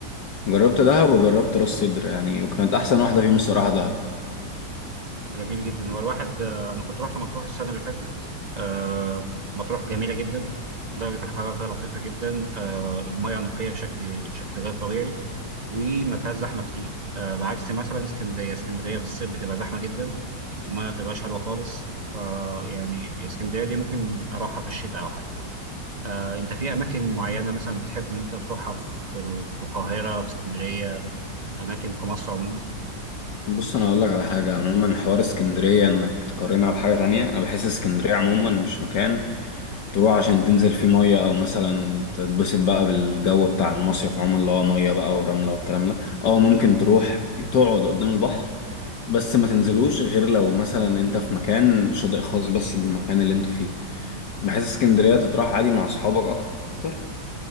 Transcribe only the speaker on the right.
جميل جدا هو الواحد آه، انا كنت رحت مطروح السنه اللي فاتت آه، مطروح جميله جدا درجه الحراره فيها لطيفه جدا آه، المياه نقيه بشكل شكل غير طبيعي وما فيهاش زحمه كتير آه، بعكس مثلا اسكندريه اسكندريه في الصيف بتبقى زحمه جدا المياه ما بتبقاش حلوه خالص فيعني اسكندريه دي ممكن اروحها في الشتاء او حاجه آه، انت في اماكن معينه مثلا بتحب ان انت تروحها في ال- في القاهره في اسكندريه اماكن في مصر عموما